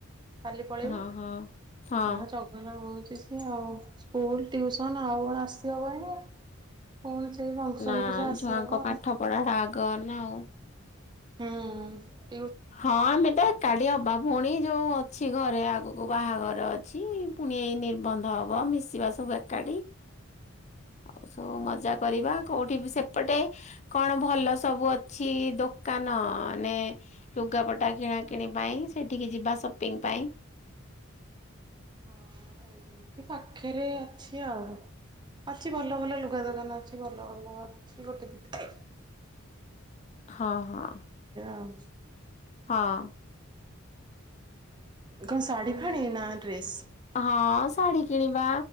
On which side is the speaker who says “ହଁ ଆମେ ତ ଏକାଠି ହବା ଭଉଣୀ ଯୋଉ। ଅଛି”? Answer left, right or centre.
Left